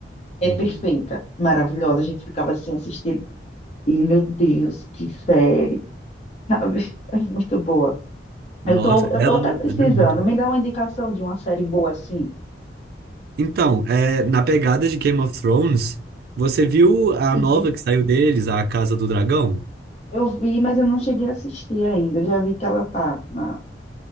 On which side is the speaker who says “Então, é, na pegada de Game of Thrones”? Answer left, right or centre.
Right